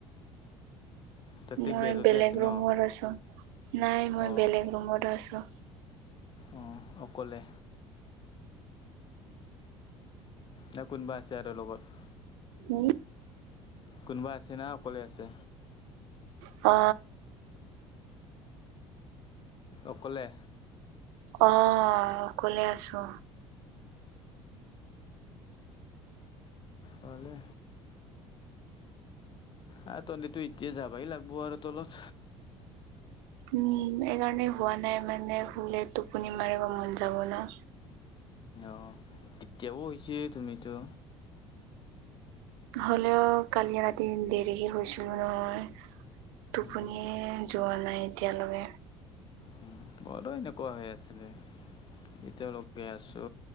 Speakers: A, on the left; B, on the right.
A: তাতে
B: মই
A: বেডতে
B: বেলেগ
A: আছে
B: ৰুমত
A: ন
B: আছোঁ। নাই, মই
A: অঁ
B: বেলেগ ৰুমত আছোঁ।
A: অঁ অকলে না কোনোবা আছে আৰু লগত?
B: উম
A: কোনোবা আছে না অকলে আছে?
B: অ।
A: অকলে।
B: অ, অকলে আছো।
A: ভালে। আহ তহতেটো এতিয়া যাবাই লাগব আৰু তলত।
B: উম, এইকাৰণে হোৱা নাই মানে হুলে টোপনি মাৰিব মন যাব ন।
A: অ', তেতিয়াও হৈছে, তুমিতো
B: হ'লেও কালি ৰাতি দেৰিকে শুইছিলো নহয়। টোপনিয়ে
A: উম,
B: যোৱা নাই এতিয়ালৈকে।
A: উম, মোৰো এনেকুৱা হৈ আছিলে এতিয়ালৈকে আছো।